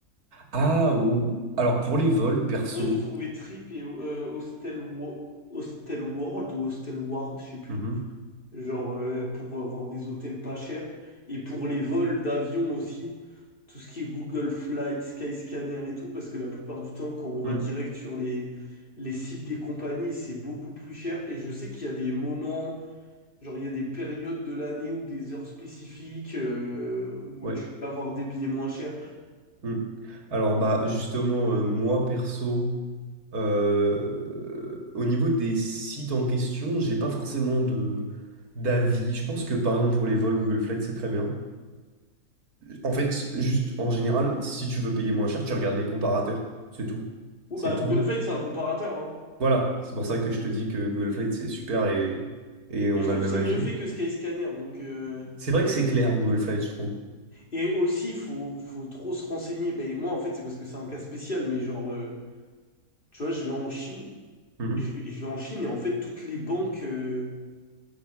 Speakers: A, on the right; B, on the left.
A: ah ou alors pour les vols perso.
B: Moi, j'ai trouvé Trip et euh, Hostel, Wo- Hostel World ou Hostel Ward, je sais plus.
A: Mhm.
B: Genre, euh, pour avoir des hôtels pas chers. Et pour les vols d'avion aussi. Tout ce qui est Google Flight, Skyscanner et tout. Parce que la plupart du temps, quand on va
A: Mm.
B: direct sur les, les sites des compagnies, c'est beaucoup plus cher. Et je sais qu'il y a des moments, genre, il y a des périodes de l'année ou des heures spécifiques euh, où
A: Ouais.
B: tu peux avoir des billets moins chers.
A: Mm. Alors bah justement euh, moi perso euh, au niveau des sites en question, j'ai pas forcément de d'avis. Je pense que par exemple pour les vols Google Flight c'est très bien. En fait, juste en général, si tu veux payer moins cher, tu regardes les comparateurs. C'est tout.
B: Ou
A: C'est
B: bah,
A: tout.
B: Google Flight, c'est un comparateur, hein.
A: Voilà, c'est pour ça que je te dis que Google Flight, c'est super et, et on
B: Et je trouve
A: a le même
B: que c'est
A: avis.
B: mieux fait que Skyscanner. Donc, euh,
A: C'est vrai que c'est clair, Google Flight, je trouve.
B: Et aussi, il faut, faut trop se renseigner. Ben, moi, en fait, c'est parce que c'est un cas spécial, mais genre, euh, tu vois, je vais en Chine,
A: Mhm.
B: je, vais je vais en Chine et en fait, toutes les banques, euh,